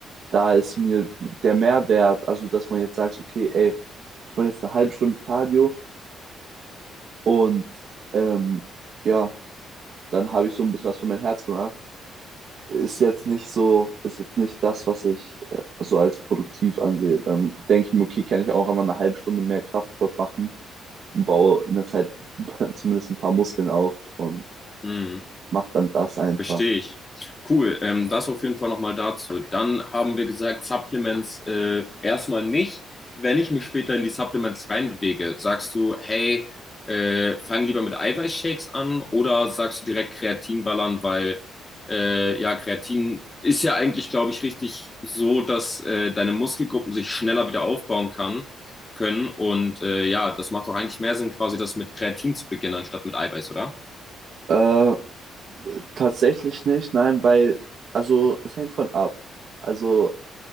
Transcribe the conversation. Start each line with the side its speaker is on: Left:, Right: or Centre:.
Right: da ist mir der Mehrwert, also dass man jetzt sagt, okay, ey, ich mache jetzt eine halbe Stunde Cardio und ähm, ja, dann habe ich so ein bisschen was für mein Herz gemacht. Ist jetzt nicht so, ist jetzt nicht das, was ich äh, so als produktiv ansehe. Dann denke ich mir, okay, kann ich auch einmal eine halbe Stunde mehr Kraftsport machen und baue in der Zeit <laughs> zumindest ein paar Muskeln auf und
Left: mm.
Right: mache dann das einfach.
Left: Verstehe ich. Cool, ähm, das auf jeden Fall nochmal dazu. Dann haben wir gesagt, Supplements äh, erstmal nicht. Wenn ich mich später in die Supplements reinbewege, sagst du, hey, äh, fang lieber mit Eiweißshakes an oder sagst du direkt Kreatin ballern, weil äh, ja, Kreatin ist ja eigentlich, glaube ich, richtig so, dass äh, deine Muskelgruppen sich schneller wieder aufbauen kann, können. Und äh, ja, das macht doch eigentlich mehr Sinn, quasi das mit Kreatin zu beginnen, anstatt mit Eiweiß, oder?
Right: Äh, tatsächlich nicht, nein, weil, also es hängt von ab. Also